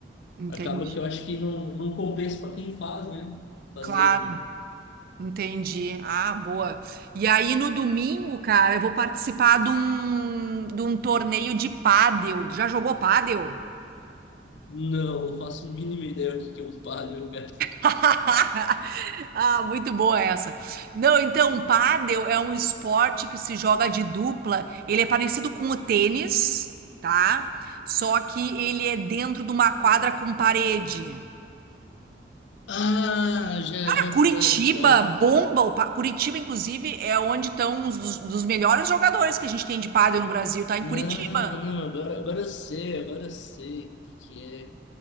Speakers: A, on the right; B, on the left.
A: Entendi.
B: acaba que eu acho que não, não compensa para quem faz, né? Fazer.
A: Claro, entendi. Ah, boa. E aí no domingo, cara, eu vou participar de um, de um torneio de pádel. Já jogou pádel?
B: Não, eu faço a mínima ideia o que que é um Paddle, cara.
A: <laughs> Ah, muito boa essa. Não, então, pádel é um esporte que se joga de dupla. Ele é parecido com o tênis, tá? Só que ele é dentro de uma quadra com parede.
B: Ah, já,
A: Cara,
B: já,
A: Curitiba
B: frago, frago.
A: bomba. o pá- Curitiba, inclusive, é onde estão os dos, dos melhores jogadores que a gente tem de pádel no Brasil, tá? Em
B: Não,
A: Curitiba.
B: não, agora, agora eu sei, agora eu sei o que que é.